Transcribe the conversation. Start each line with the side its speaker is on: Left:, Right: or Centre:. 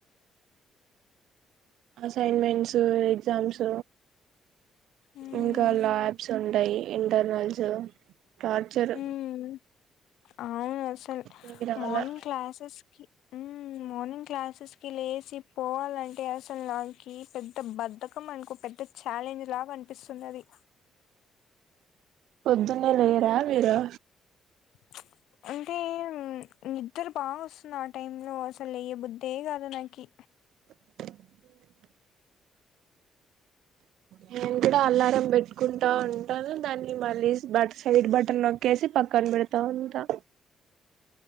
Right: అసైన్మెంట్స్ ఎగ్జామ్స్
Left: ఉమ్
Right: ఇంకా లాబ్స్ ఉంటయి ఇంటర్నల్స్ టార్చర్
Left: ఉమ్ అవును మ్
Right: మీరు
Left: మార్నింగ్
Right: అలా
Left: క్లాసెస్కి మార్నింగ్ క్లాసెస్ కి లేచి పోవాలంటే అసలు నాకి పెద్ద బద్దకం అనుకో పెద్ద ఛాలెంజ్ లాగా కనిపిస్తున్నది
Right: పొద్దున్నే లేరా మీరు
Left: చ్ అంటే మ్మ్ మిక్ నిద్దర బాగా వస్తుంది ఆ టైంలో అసలు లెయ్యబుద్దే కాదు నాకి
Right: త నేను కూడా అల్లారం పెట్టుకుంటా ఉంటాను దాన్ని మళ్ళీ బ సైడ్ బటన్ నొక్కేసి పక్కన పెడతా ఉంటా